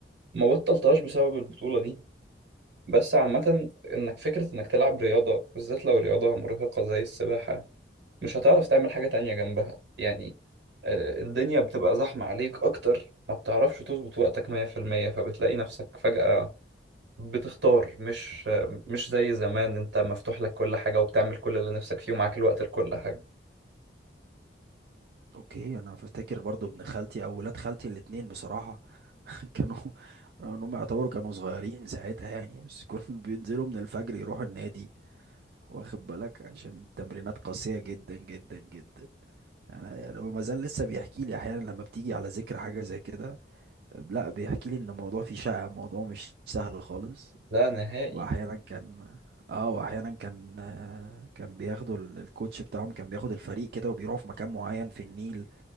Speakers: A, on the right (about 75°); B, on the right (about 55°).
A: ما بطلتهاش بسبب البطولة دي بس عامة إنك فكرة إنك تلعب رياضة بالذات لو رياضة مرهقة زي السباحة مش هتعرف تعمل حاجة تانية جنبها يعني آه، الدنيا بتبقى زحمة عليك أكتر ما بتعرفش تظبط وقتك مية في المية فبتلاقي نفسك فجأة بتختار مش آه، مش زي زمان أنت مفتوح لك كل حاجة وبتعمل كل اللي نفسك فيه ومعاك الوقت لكل حاجة
B: اوكي انا فاكر برضو ابن خالتي او ولاد خالتي الاتنين بصراحة <laughs> كانوا ان هم يعتبروا كانوا صغيرين ساعتها يعني بس كانوا <laughs> بينزلوا من الفجر يروحوا النادي واخد بالك عشان تمرينات قاسية جدا جدا جدا انا يعني هو ما زال لسه بيحكي لي احيانا لما بتيجي على ذكر حاجة زي كده لا بيحكي لي ان الموضوع فيه شقة الموضوع مش سهل خالص
A: لا نهائي
B: واحيانا كان اه واحيانا كان آه، كان بياخدوا ال- الكوتش بتاعهم كان بياخد الفريق كده وبيروحوا في مكان معين في النيل